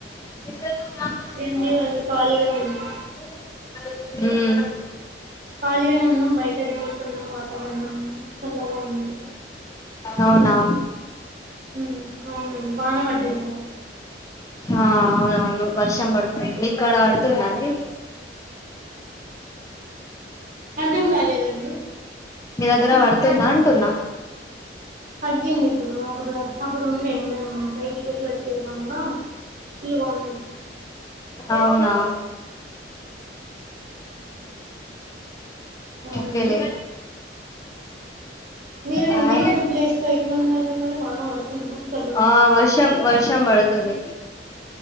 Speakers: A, on the left; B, on the right.
A: <unintelligible>
B: ఏం లేదండి ఖాళీగానే ఉన్నాం
A: మ్
B: ఖాళీగానే ఉన్నాం బయట తిరుగుతున్నాం వాతావరణం చల్లగా ఉంది
A: అవునా
B: మ్ అవును వాన పడ్డది కదా
A: ఆ అవునవును వర్షం పడుతుంది మీక్కడ అడుతుందండి
B: అర్దం గాలేదండి
A: మీ దగ్గర పడుతుందా అంటున్నా
B: తగ్గింది ఇప్పుడు అప్పుడు అప్పుడు ఉండే మేము బయటికి వెళ్ళి వచ్చేదముంగా పుల్వాణ <inaudible>
A: అవునా
B: అవునండి
A: ఓకేలే
B: మీరు
A: హాయ్
B: మీరున్న ప్లేస్ లో ఎట్లా ఉందండి మరి వాన పడుతుందా చల్లగా
A: ఆ
B: ఉందా
A: వర్షం వర్షం పడుతుంది